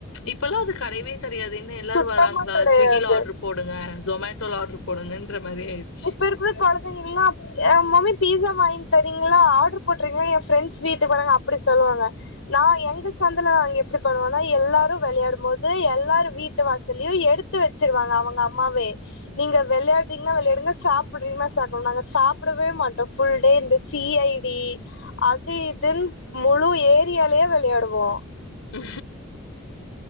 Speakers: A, on the left; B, on the left.
A: இப்பல்லா அது கெடெயவே கெடெயாது. இன்னு எல்லாரு
B: சுத்தமா
A: வராங்ளா
B: கெடையாது
A: ஸ்விக்கில ஆர்டரு போடுங்க. ஜொமேட்டோல ஆர்டர் போடுங்கன்ற மாரி ஆயிடுச்சு.
B: இப்ப இருக்கிற குழந்தைங்கவீங்களா மம்மி பீஸா வாங்கி தரீங்களா ஆர்டர் போட்டறீங்களா என் ஃரெண்ட்ஸ் வீட்டுக்கு வராங்க அப்படி சொல்லுவாங்க நான் எங்க சந்தல நாங்க எப்படி பண்ணுவோன்னா எல்லாரும் விளையாடும் போது எல்லாரும் வீட்டு வாசலயும் எடுத்து வச்சிருவாங்க அவங்க அம்மாவே நீங்க விளையாடுறீங்கன்னா விளையாடுங்க சாப்பிடுறீமா சாப்போம் நாங்க சாப்பிடவே மாட்டோம் ஃபுல்டே இந்த சி ஐ டி அது இதுன்னு முழு ஏரியாலயே விளையாடுவோம்
A: உ